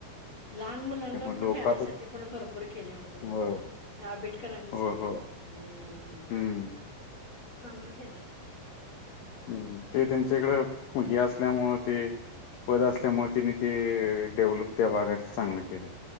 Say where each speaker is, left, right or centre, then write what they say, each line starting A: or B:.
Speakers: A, on the left (about 45°); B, on the left (about 80°).
A: लहान मुलांना
B: त्यामुळे लोक
A: पण ठेयसाठी
B: आता
A: पण भरपूर केले वाटतात तिथं
B: हो
A: त्या आंबेडकरांनीच
B: हो
A: के हम्म
B: हो हम्म
A: चांगलं केलंय
B: हम् ते त्यांच्याकडं हे असल्यामुळं ते पद असल्यामुळे तिने ते डेव्हलप त्या भागात चांगलं केलं